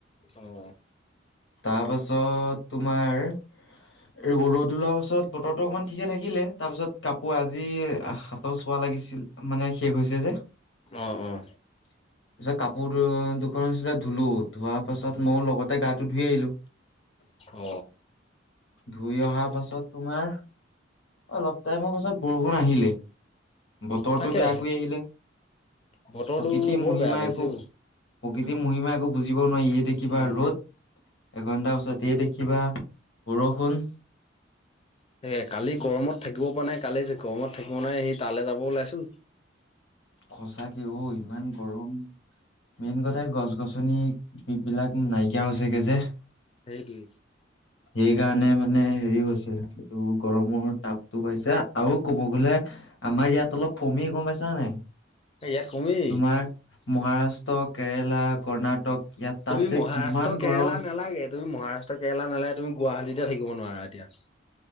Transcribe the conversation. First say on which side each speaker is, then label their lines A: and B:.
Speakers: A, on the left; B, on the left.
A: অ'।
B: তাৰ পাছত তোমাৰ, ৰ'দ ওলোৱা পাছত বতৰটো অকমান ঠিকে থাকিলে, তাৰপিছত কাপোৰ আজি সাতৰ চোৱা লাগিছিল মানে শেষ হৈছে যে।
A: অ', অ'।
B: তাৰপিছত কাপোৰ দুখন আছিলে, ধুলো ধোৱা পাছত মই লগতে গা ধুই আহিলো।
A: অ
B: ধুই অহা পাছত তোমাৰ অলপ টাইমৰ পাছত বৰষুণ আহিলেই বতৰটো
A: তাকে
B: বেয় কৰি আহিলে
A: বতৰটো
B: প্ৰকৃতিৰ
A: বৰ
B: মহিমা
A: বেয়া কৰিছে
B: একো প্ৰকৃতি
A: অ
B: মহিমা একো বুজিব নোৱাৰিয়ে এই দেখিবা
A: উম
B: ৰ'দ এঘণ্টাৰ পিছত এই দেখিবা কিবা বৰষুণ
A: <unintelligible> কালি গৰমত থাকিব পৰা নাই কালি গৰমত থাকিব নোৱাৰি এই তালৈ যাব ওলাইছো <inaudible>
B: সচাঁকে অ ইমান গৰম মেইন কথাই গছ গছনি বিলাক নাইকিয়া হৈছেগে যে
A: হেইটোৱে।
B: সেইকাৰণে মানে হেৰি হৈছে এইটো গৰমৰ তাপটো বাহিছে আৰু ক'ব গলে আমাৰ ইয়াত অলপ কমে গম পাইছা নে নাই
A: ইয়াত কমে।
B: তোমাৰ মহাৰাষ্ট্ৰ কেৰেলা কৰ্ণাটক ইয়াত তাত
A: তুমি
B: যে
A: মহাৰাষ্ট্ৰ
B: কিমান
A: কেৰেলা
B: গৰম
A: নালাগে তুমি মহাৰাষ্ট্ৰ কেৰেলা নালাগে তুমি গুৱাহাটীতে থাকিব নোৱাৰা এতিয়া